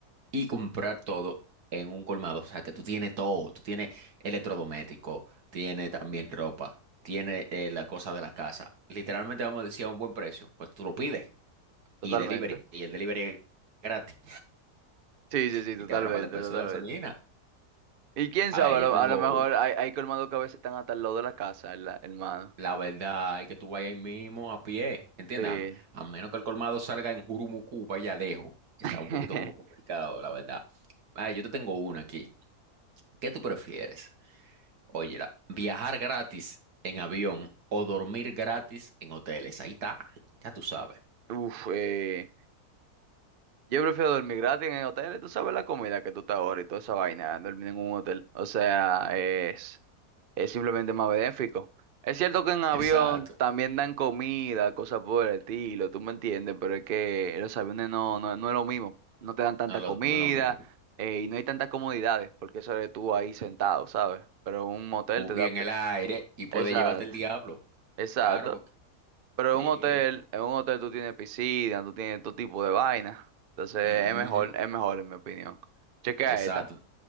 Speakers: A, on the right; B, on the right.
A: y comprar todo en un colmado, o sea, que tú tienes todo, tú tienes electrodoméstico, tienes también ropa, tienes eh, la cosa de la casa. Literalmente vamos a decir a un buen precio, pues tú lo pides
B: totalmente.
A: y delivery, y el delivery es gratis
B: Sí, sí, sí,
A: y
B: totalmente,
A: te ahorra un par de pesos
B: totalmente.
A: de gasolina.
B: Y quién
A: A
B: sabe,
A: ver,
B: a
A: yo
B: lo,
A: tengo
B: a lo mejor
A: una.
B: hay, hay colmados que a veces están hasta al lado de la casa, el- el mano
A: La verdad es que tú vayas ahí mismo a pie, ¿entiendes?
B: Sí.
A: A, a menos que el colmado salga en Jurumucu, para allá lejos. Está
B: <laughs>
A: un poquito como complicado, la verdad. Ah, yo te tengo una aquí. ¿Qué tú prefieres? Oye, la- viajar gratis en avión o dormir gratis en hoteles. Ahí está, ya tú sabes.
B: Uf, eh, yo prefiero dormir gratis en el hotel, tú sabes la comida que tú te ahorras y toda esa vaina, dormir en un hotel. O sea, es... es simplemente más benéfico. Es cierto que en avión
A: Exacto,
B: también dan comida, cosas por el estilo, tú me entiendes, pero es que en los aviones no, no, no es lo mismo. No te dan tanta
A: no es lo,
B: comida
A: no es lo mismo.
B: eh, y no hay tantas comodidades, porque eso eres tú ahí sentado, ¿sabes? Pero un motel
A: U-
B: te da...
A: Y en
B: pi-
A: el aire, y puede
B: Exacto,
A: llevarte el diablo.
B: exacto.
A: Claro, porque
B: Pero
A: sí.
B: en un hotel,
A: ujú,
B: en un hotel tú tienes piscina, tú tienes todo tipo de vaina. Entonces
A: ujú,
B: es mejor, es mejor en mi opinión. Chequea
A: Exacto.
B: esta,